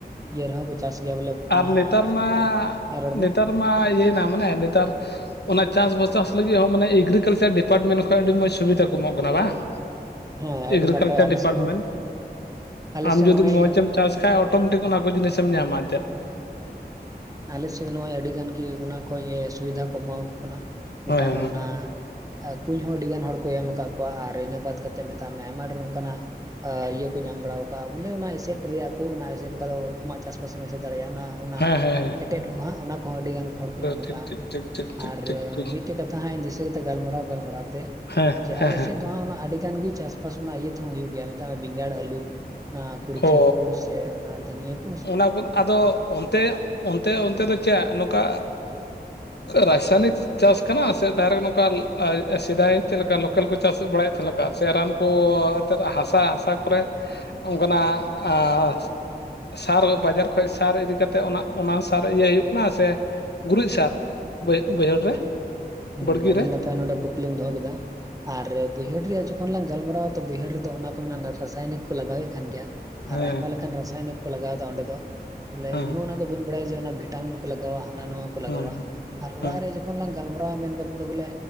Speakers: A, on the right; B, on the left.
A: ᱤᱭᱟᱹ ᱨᱮᱦᱚᱸ ᱠᱚ ᱪᱟᱥ ᱜᱮᱭᱟ ᱵᱚᱞᱮ ᱚᱱᱟ
B: ᱟᱨ ᱱᱮᱛᱟᱨ ᱢᱟ
A: ᱢᱮᱛᱟᱜ ᱢᱮ, ᱦᱮᱸ ᱨᱚᱲ
B: ᱱᱮᱛᱟᱨ
A: ᱢᱮ
B: ᱢᱟ ᱤᱭᱟᱹ ᱱᱟ ᱢᱟᱱᱮ ᱱᱮᱛᱟᱨ ᱚᱱᱟ ᱪᱟᱥ ᱵᱟᱥᱟᱥ ᱞᱟᱹᱜᱤᱫ ᱦᱚᱸ ᱢᱟᱱᱮ ᱮᱜᱨᱤᱠᱟᱞᱪᱟᱨ ᱰᱤᱯᱟᱨᱴᱢᱮᱱᱴ ᱠᱷᱚᱡ ᱟᱹᱰᱤ ᱢᱚᱸᱡᱽ ᱥᱩᱵᱤᱫᱷᱟ ᱠᱚ ᱮᱢᱚᱜ ᱠᱟᱱᱟ ᱵᱟᱝ
A: ᱦᱮᱸ ᱟᱹᱰᱤ
B: ᱮᱜᱽᱨᱤᱠᱟᱞᱪᱟᱨ
A: ᱱᱟᱯᱟᱭ ᱟᱞᱮ
B: ᱰᱤᱯᱟᱨᱴᱢᱮᱱᱴ
A: ᱥᱮᱫ ᱦᱚᱸ ᱟᱞᱮ
B: ᱟᱢ
A: ᱥᱮᱫ
B: ᱡᱩᱫᱤ
A: ᱱᱚᱜᱼᱚᱭ
B: ᱢᱚᱸᱡᱮ ᱮᱢ ᱪᱟᱥ ᱠᱷᱟᱡ ᱚᱴᱚᱢᱮᱴᱤᱠ ᱚᱱᱟ ᱠᱚ ᱡᱤᱱᱤᱥ ᱮᱢ ᱧᱟᱢᱟ ᱪᱮᱫ
A: ᱟᱞᱮ ᱥᱮᱫ ᱱᱚᱜᱼᱚᱭ ᱟᱹᱰᱤ ᱜᱟᱱ ᱜᱮ ᱚᱱᱟ ᱠᱷᱚᱱ ᱥᱩᱵᱤᱫᱷᱟ ᱠᱚ ᱮᱢᱟ ᱣᱟᱠᱚ ᱠᱟᱱᱟ ᱢᱮᱛᱟᱜ
B: ᱦᱳᱭ ᱦᱮᱸ
A: ᱢᱮ ᱚᱱᱟ ᱟᱨ ᱠᱩᱸᱧ ᱦᱚᱸ ᱟᱹᱰᱤ ᱜᱟᱱ ᱦᱚᱲ ᱠᱚ ᱮᱢ ᱟᱠᱟᱫ ᱠᱚᱣᱟ ᱟᱨ ᱤᱱᱟᱹ ᱵᱟᱫᱽ ᱠᱟᱛᱮᱫ ᱢᱮᱛᱟᱜ ᱢᱮ ᱟᱭᱢᱟ ᱰᱷᱮᱨ ᱚᱱᱠᱟᱱᱟᱜ ᱟ.. ᱤᱭᱟᱹ ᱠᱚ ᱧᱟᱢ ᱵᱟᱲᱟ ᱣᱟᱠᱟᱜᱼᱟ ᱵᱚᱞᱮ ᱚᱱᱟ ᱮᱥᱮᱫ ᱨᱮᱭᱟᱜ ᱠᱚ ᱚᱱᱟ ᱮᱥᱮᱫ ᱚᱠᱟ ᱫᱚ ᱟᱢᱟᱜ ᱪᱟᱥ-ᱵᱟᱥ ᱮᱢ ᱮᱥᱮᱫ ᱫᱟᱲᱮᱭᱟᱜᱼᱟ ᱚᱱᱟ
B: ᱦᱮᱸ ᱦᱮᱸ ᱦᱮᱸ
A: ᱪᱮᱫ ᱠᱚ ᱦᱟᱸᱜ ᱚᱱᱟ ᱠᱚᱦᱚᱸ ᱟᱹᱰᱤᱜᱟᱱ ᱦᱚᱲ ᱠᱚ ᱧᱟᱢ
B: ᱴᱷᱤᱠ
A: ᱟᱠᱟᱜᱼᱟ
B: ᱴᱷᱤᱠ ᱴᱷᱤᱠ ᱴᱷᱤᱠ ᱴᱷᱤᱠ
A: ᱟᱨ
B: ᱴᱷᱤᱠ ᱴᱷᱤᱠ ᱴᱷᱤᱠ
A: ᱢᱤᱫᱴᱮᱡ ᱠᱟᱛᱷᱟ ᱦᱟᱸᱜ ᱤᱧ ᱫᱤᱥᱟᱹ ᱠᱟᱛᱮ ᱜᱟᱞᱢᱟᱨᱟᱣ ᱜᱟᱞᱢᱟᱨᱟᱣ ᱛᱮ
B: ᱦᱮᱸ
A: ᱡᱮ
B: ᱦᱮᱸ
A: ᱟᱞᱮ
B: ᱦᱮᱸ
A: ᱥᱮᱫ ᱫᱚ ᱦᱟᱸᱜ ᱚᱱᱟ ᱟᱹᱰᱤ ᱜᱟᱱ ᱜᱮ ᱪᱟᱥ-ᱵᱟᱥ ᱚᱱᱟ ᱤᱭᱟᱹ ᱛᱮᱦᱚᱸ ᱦᱩᱭᱩᱜ ᱜᱮᱭᱟ ᱢᱮᱛᱟᱜᱼᱟ ᱢᱮ ᱵᱮᱸᱜᱟᱲ ᱟᱹᱞᱩ ᱚᱱᱟ ᱠᱩᱲᱪᱟᱹ
B: ᱚ
A: ᱠᱩ ᱥᱮ ᱚᱱᱟ ᱫᱷᱩᱱᱤᱭᱟᱹ ᱠᱩ ᱥᱮ
B: <unintelligible> ᱟᱫᱚ ᱚᱱᱛᱮ, ᱚᱱᱛᱮ, ᱚᱱᱛᱮ ᱫᱚ ᱪᱮᱫ ᱱᱚᱝᱠᱟ ᱨᱟᱥᱟᱭᱱᱤᱠ ᱪᱟᱥ ᱠᱟᱱᱟ ᱥᱮ ᱰᱟᱭᱨᱮᱠᱴ ᱱᱚᱝᱠᱟ ᱟ.. ᱥᱮᱫᱟᱭ ᱪᱮᱫ ᱞᱮᱠᱟ ᱞᱳᱠᱟᱞ ᱠᱚ ᱪᱟᱥ ᱵᱟᱲᱟᱭᱮᱫ ᱛᱟᱦᱮᱸᱱ ᱞᱮ.... <unintelligible> ᱥᱮ ᱨᱟᱱ ᱠᱚ ᱮᱱᱛᱮᱫ ᱦᱟᱥᱟ ᱦᱟᱥᱟ ᱠᱚᱨᱮ ᱚᱱᱠᱟᱱᱟᱜ ᱥᱟᱨ ᱵᱟᱡᱟᱨ ᱠᱷᱚᱱ ᱥᱟᱨ ᱤᱫᱤ ᱠᱟᱛᱮᱫ ᱚᱱᱟ ᱥᱟᱨ ᱤᱭᱟᱹ ᱦᱩᱭᱩᱜ ᱠᱟᱱᱟ ᱥᱮ ᱜᱩᱨᱤᱡ ᱥᱟᱨ ᱵᱟ‌ᱜ ᱵᱟ. ᱭᱦᱟ. ᱲ ᱨᱮ
A: <unintelligible> ᱦᱮᱸ
B: ᱵᱟᱲᱜᱮ
A: ᱟᱹᱰᱤ
B: ᱨᱮ
A: ᱱᱟᱯᱟᱭ ᱱᱚᱸᱰᱮ ᱠᱩᱠᱞᱤᱢ ᱫᱚᱦᱚ ᱠᱮᱫᱟ ᱟᱨ ᱵᱟᱹᱭᱦᱟᱹᱲ ᱨᱮᱭᱟᱜ ᱡᱚᱠᱷᱚᱱ ᱞᱟᱝ ᱜᱟᱞᱢᱟᱨᱟᱣᱟ ᱛᱚ ᱵᱟᱹᱭᱦᱟᱹᱲ ᱨᱮᱫᱚ ᱚᱱᱟ ᱠᱚ ᱢᱮᱱᱟ ᱨᱟᱥᱟᱭᱱᱤᱠ ᱠᱚ ᱞᱟᱜᱟᱣᱮᱫ ᱠᱟᱱ ᱜᱮᱭᱟ ᱟᱨ
B: ᱦᱮᱸ
A: ᱟᱭᱢᱟ ᱞᱮᱠᱟᱱ ᱨᱟᱥᱟᱭᱱᱤᱠ ᱠᱚ ᱞᱟᱜᱟᱣ ᱮᱫᱟ ᱚᱸᱰᱮ ᱫᱚ ᱵᱚᱞᱮ
B: ᱦᱮᱸ
A: ᱤᱧᱚᱸ ᱚᱱᱟ ᱫᱚ ᱵᱟᱲᱟᱭᱟ ᱡᱮ ᱚᱱᱟ ᱵᱷᱤᱴᱟᱢᱤᱱ ᱠᱚ ᱞᱟᱜᱟᱣᱟ ᱦᱟᱱᱟ ᱱᱷᱟᱶᱟ ᱠᱚ ᱞᱟᱜᱟᱣᱟ
B: ᱦᱮᱸ
A: ᱟᱨ ᱚᱲᱟᱜ
B: ᱦᱮᱸ
A: ᱨᱮ ᱡᱚᱠ... ᱡᱚᱠᱷᱚᱱ ᱞᱟᱝ ᱜᱟᱞᱢᱟᱨᱟᱣᱟ ᱢᱮᱱᱠᱷᱟᱱ ᱫᱚ ᱵᱚᱞᱮ